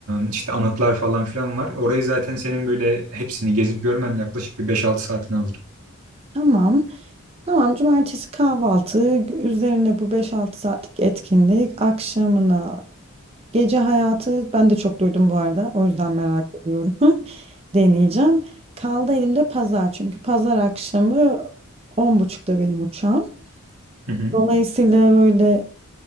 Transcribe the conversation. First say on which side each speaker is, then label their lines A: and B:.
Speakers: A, on the right; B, on the right.
A: e, işte anıtlar falan filan var. Orayı zaten senin böyle hepsini gezip görmen yaklaşık bir beş altı saatini alır.
B: Tamam. Tamam, cumartesi kahvaltı, üzerine bu beş altı saatlik etkinlik, akşamına gece hayatı, ben de çok duydum bu arada, o yüzden merak ediyorum. <laughs> Deneyeceğim. Kaldı elimde pazar çünkü pazar akşamı on buçukta benim uçağım.
A: <laughs>
B: Dolayısıyla böyle